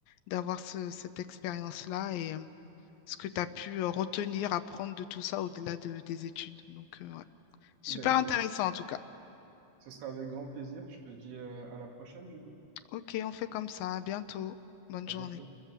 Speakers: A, on the left; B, on the right.
A: d'avoir ce- cette expérience-là et euh, ce que tu as pu euh, retenir, apprendre de tout ça au-delà de- des études. Donc, euh, ouais. Super
B: Ben écoute,
A: intéressant en tout cas.
B: ce sera avec grand plaisir. Je te dis euh, à la prochaine, du coup.
A: Ok, on fait comme ça. À bientôt. Bonne
B: À
A: journée.
B: bientôt.